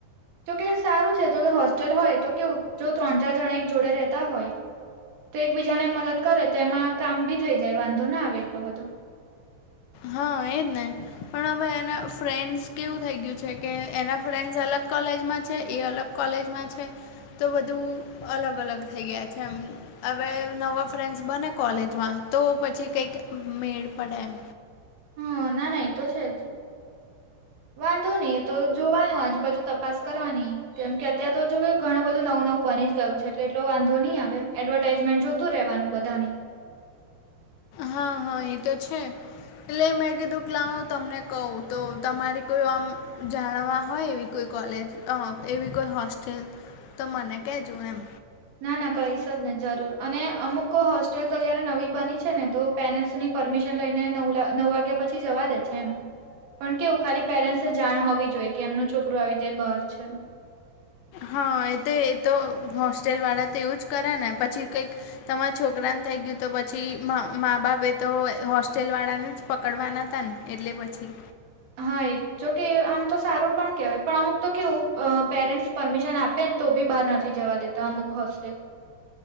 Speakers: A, on the right (about 60°); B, on the left (about 80°).
A: જોકે સારું છે જો કે હોસ્ટેલ હોય તો કેવું જો ત્રણ ચાર જણા એક જોડે રહેતા હોય તો એકબીજાને મદદ કરે તો એમાં કામ બી થઈ જાય વાંધો ના આવે એટલો બધો.
B: હા એજ ને. પણ હવે એના ફ્રેન્ડસ કેવું થઈ ગયું છે કે એના ફ્રેન્ડસ અલગ કોલેજમાં છે એ અલગ કોલેજમાં છે તો બધું અલગ અલગ થઈ ગયા છે એમ. હવે નવા ફ્રેન્ડસ બને કોલેજમાં તો પછી કઈક મેળ પડે એમ.
A: હમ્મ ના ના એતો છે જ. વાંધો નઈ એ તો જોવાનું આજુબાજુ તપાસ કરવાની. કેમ કે અત્યારે તો જો કે ઘણું બધું નવું નવું બની જ ગયું છે એટલે એટલો વાંધો નહી આવે એડવર્ટાાઈઝમેન્ટ જો તું રહેવાનું બધાની.
B: હા હા એ તો છે. એટલે મેં કીધું કે લાવ તમને કહું તો તમારી કોઈ આમ જાણવા હોય એવી કોઈ કોલેજ અહ એવી કોઈ હોસ્ટેલ તો મને કેજો એમ.
A: ના ના કઈશ જ ને જરૂર અને અમુક હોસ્ટેલ તો જય્યારે નવી બની છે ને તો પેરેન્ટસની પરમિશન લઈને નવ નવ વાગ્યા પછી જવા દે છે એમ. પણ કેવું ખાલી પેરેન્ટ્સને જાણ હોવી જોઈએ કે એમનું છોકરો આવી રીતે બહાર છે.
B: હા એ તો એ તો હોસ્ટેલ વાળા તો એવું જ કરે ને પછી કંઈક તમારા છોકરાને થઈ ગયું તો પછી માં માં બાપે તો હોસ્ટેલવાળાને જ પકડવાના તા ને. એટલે પછી
A: હા એ જોકે આમ તો સારું પણ કેહેવાય પણ અમુક તો કેવું અહ પેરેન્ટ્સ પરમિશન આપે ને તો બી બહાર નથી જવા દેતા અમુક હોસ્ટેલ.